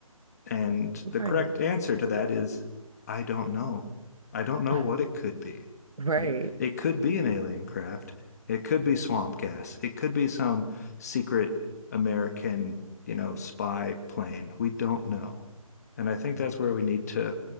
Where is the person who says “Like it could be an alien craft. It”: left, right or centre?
Left